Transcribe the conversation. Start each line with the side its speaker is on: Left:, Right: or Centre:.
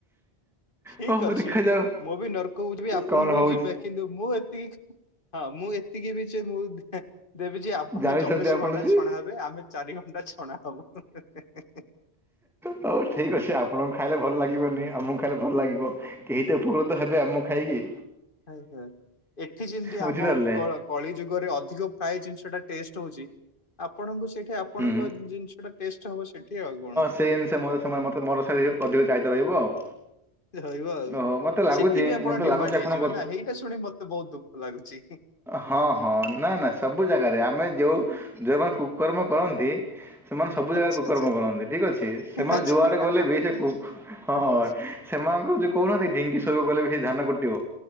Left: ଠିକ୍
Centre: ହଉ
Left: ଅଛି
Centre: ଦେଖାଯାଉ
Left: ମୁଁ ବି ନର୍କକୁ ଯିବି ଆପଣଙ୍କୁ
Centre: କଣ ହଉଛି
Left: ବି ଯିବେ। କିନ୍ତୁ ମୁଁ ଏତିକି ହଁ ମୁଁ ଏତିକି ବି ଯେ ମୁଁ ଦେବି ଯେ ଆପଣ
Centre: ଜାଣିଛନ୍ତି
Left: ଚବିଶି
Centre: ଆପଣ
Left: ଘଣ୍ଟା
Centre: ଯେ
Left: ଛଣା ହେବେ ଆମେ ଚାରି ଘଣ୍ଟା ଛଣା ହବୁ।
Centre: ହଉ ଠିକ୍ ଅଛି ଆପଣଙ୍କୁ ଖାଇଲେ ଭଲ ଲାଗିବନି ଆମ ଖାଇଲେ ଭଲ ଲାଗିବ କେହିତ ଉପକୃତ ହେବେ ଆମକୁ ଖାଇକି।
Left: <unintelligible> ଏଠି ଯିମତି
Centre: ବୁଝିପାରିଲେ
Left: ଆମ କଳ କଳି ଯୁଗରେ ଅଧିକ। ଖାଇ ଜିନିଷ ଟା ଟେଷ୍ଟ୍ ହଉଛି। ଆପଣଙ୍କୁ ସେଇଠେ ଆପଣଙ୍କ
Centre: ହୁଁ।
Left: ଜିନିଷ ଟା ଟେଷ୍ଟ୍ ହବ ସେଠି ଆଉ କଣ।
Centre: ସେଇଅନୁସାରେ। <unintelligible> ସେମାନେ ମତେ ମର ସାରି ଅଧିକ ଚାହିଦା ରହିବ ଆଉ।
Left: ରହିବ ଆଉ
Centre: ଓହୋ ମତେ ଲାଗୁଛି
Left: ସେଠି ବି ଆପଣ
Centre: ମତେ
Left: ଡିମାଣ୍ଡ୍
Centre: ଲାଗୁଛି ଆପଣଙ୍କ
Left: ହେଇଯିବେ ନା ହେଇଟା ଶୁଣି ମତେ ବହୁତ୍ ଦୁଃଖ ଲାଗୁଛି।
Centre: ହଁ ହଁ ନା ନା ସବୁ ଜାଗାରେ ଆମେ ଯୋଉ ଯୋଉମାନେ କୁକର୍ମ କରନ୍ତି। ସେମାନେ ସବୁ
Left: ଆଚ୍ଛା
Centre: ଜାଗା କୁକର୍ମ କରନ୍ତି ଠିକ୍ ଅଛି ସେମାନେ
Left: ଆଚ୍ଛା
Centre: ଯୁଆଡେ ଗଲେ ବି ସେ କୁକ୍
Left: ଆଚ୍ଛା।
Centre: ହଁ ହଁ। ସେମାନଙ୍କୁ ଯୋଉ କହୁନାହାନ୍ତି ଢିଙ୍କି ଶରିରକୁ କହିଲେ ବି ସେ ଧାନ କୁଟିବ।